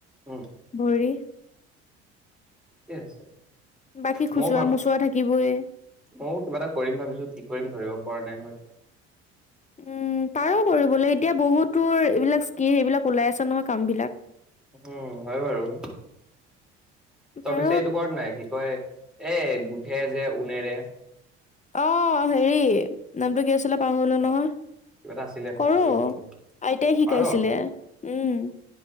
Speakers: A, in the centre; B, on the left.
A: উম
B: ভৰি
A: ঠিকে আছে।
B: বাকী খুচুৰা
A: মইও ভাব
B: মুচুৰা থাকিবই
A: ময়ো কিবা এটা কৰিম ভাবিছো কি কৰিম ধৰিব পৰা নাই নহয় এতিয়া।
B: উম, পাৰো কৰিবলৈ এতিয়া বহুতো, এইবিলাক স্কি সেবিলাক ওলাই আছে। নহয় কাম বিলাক।
A: উম, হয় বাৰু।
B: পাৰ
A: তই পিছে এইটো কৰা নাই কি কয়? এ গোঠে যে উনেৰে
B: অ হেৰি নামটো কি আছিলে পাহৰিলো নহয়।
A: কিবা এটা আছিলে
B: কৰো
A: পাহৰি গলো, মই
B: আইতাই শিকাইছিলে
A: পাৰ।
B: উম,